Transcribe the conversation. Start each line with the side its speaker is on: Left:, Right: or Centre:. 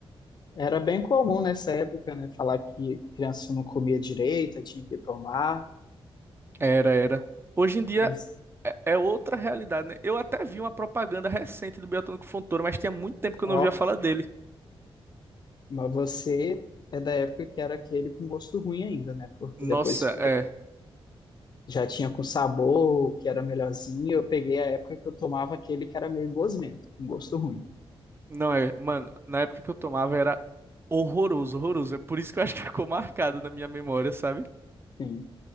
Left: Era bem comum nessa época, né? Falar que criança não comia direito, tinha que tomar.
Right: Era, era. Hoje em dia
Left: Mas,
Right: é é outra realidade, né? Eu até vi uma propaganda recente do Biotônico Fontoura, mas tinha muito tempo que
Left: ó,
Right: eu não ouvia falar dele.
Left: mas você é da época que era aquele com gosto ruim ainda, né? Porque
Right: Nossa,
Left: depois foi,
Right: é.
Left: já tinha com sabor, que era melhorzinho. Eu peguei a época que eu tomava aquele que era meio gosmento, com gosto ruim.
Right: Não é. Mano, na época que eu tomava era horroroso, horroroso. É por isso que eu acho que ficou marcado na minha memória, sabe?
Left: Sim.